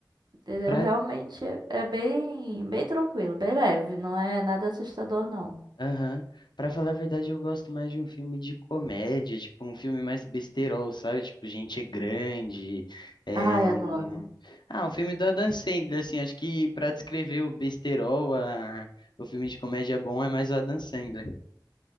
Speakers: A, on the right; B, on the left.
A: entendeu?
B: Pra
A: Realmente é é bem, bem tranquilo, bem leve, não é nada assustador, não.
B: Aham. Pra falar a verdade, eu gosto mais de um filme de comédia, tipo um filme mais besterol, sabe? Tipo, gente grande, é
A: Ai,
B: um...
A: adoro.
B: Ah, um filme do Adam Sandler, assim, acho que pra descrever o besterol, a... o filme de comédia bom é mais o Adam Sandler.